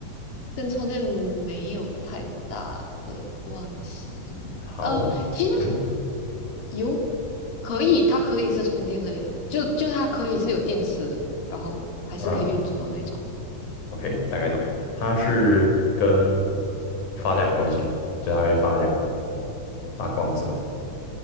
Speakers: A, on the left; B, on the left.
A: 跟充电没有太大的关系。
B: 好，
A: 呃，其实
B: 嗯
A: 有可以，它可以是充电类的，就就它可以是有电池，然后还是可以运作的那种。
B: 啊 o k 大概懂。它是跟
A: 嗯，
B: 发亮有关系吗？就它会发亮、发光什么的。